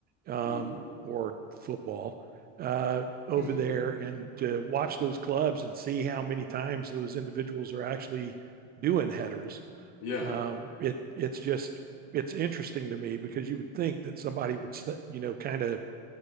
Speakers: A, on the right; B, on the left.
A: um,
B: Mm.
A: or football uh, over
B: <laughs>
A: there, and to watch those clubs and see how many times those individuals are actually doing headers.
B: Yeah,
A: Um, it it's just it's interesting to me because you would think that somebody would you know kind of